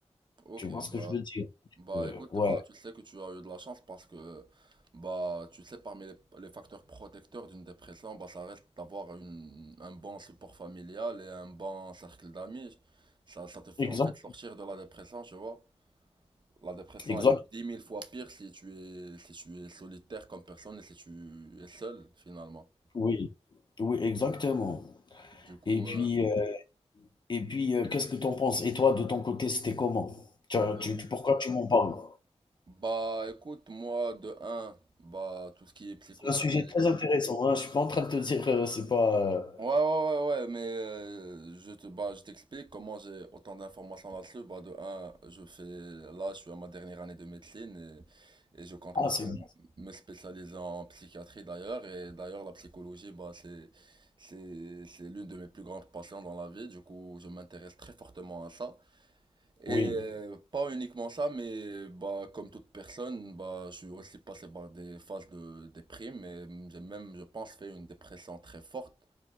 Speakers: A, on the right (about 40°); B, on the left (about 40°).
A: ok,
B: tu vois ce
A: bah.
B: que je veux dire.
A: Bah
B: Euh,
A: écoute,
B: ouais,
A: bah tu sais que tu as eu de la chance parce que bah tu sais parmi les, les facteurs protecteurs d'une dépression, bah ça reste d'avoir une- un bon support familial et un bon cercle d'amis. Ça, ça te fait
B: exact,
A: en fait sortir de la dépression, tu vois. La dépression
B: exact,
A: est dix mille fois pire si tu es si tu es solitaire comme personne et si tu es seul finalement.
B: oui, oui, exactement.
A: Du coup,
B: Et puis.
A: euh,
B: euh, Et puis, heu, qu'est-ce que tu en penses? Et toi, de ton côté, c'était comment? Tu
A: bah,
B: as tu tu pourquoi tu m'en parles?
A: bah, écoute, moi de un, bah tout ce qui est psychologie.
B: C'est un sujet très intéressant, hein. Je suis pas en train de te dire, heu, c'est pas,
A: Ouais,
B: heu
A: ouais, ouais, ouais, mais euh, je te, bah, je t'explique comment j'ai autant d'informations là-dessus. Bah, de un, je fais, là, je suis à ma dernière année de médecine et, et je compte
B: ah,
A: me faire,
B: c'est bien.
A: me spécialiser en psychiatrie d'ailleurs. Et d'ailleurs, la psychologie, bah, c'est, c'est, c'est l'une de mes plus grandes passions dans la vie. Du coup, je m'intéresse très fortement à ça. Et
B: Oui,
A: euh, pas uniquement ça, mais bah, comme toute personne, bah, je suis aussi passé par des phases de déprime et j'ai même, je pense, fait une dépression très forte